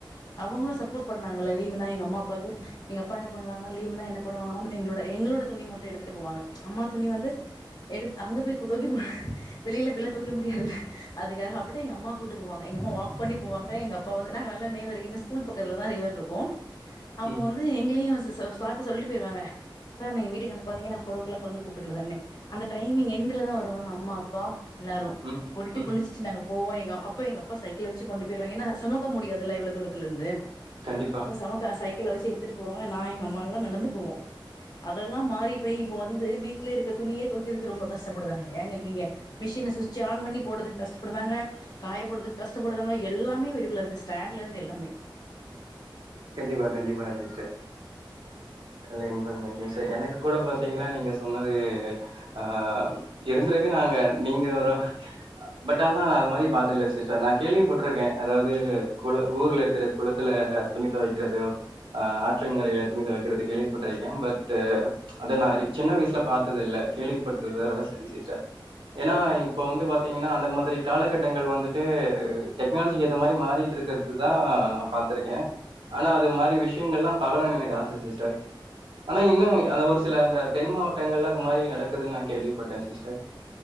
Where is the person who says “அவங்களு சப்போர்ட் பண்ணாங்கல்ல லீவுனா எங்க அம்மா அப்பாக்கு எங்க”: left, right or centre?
Left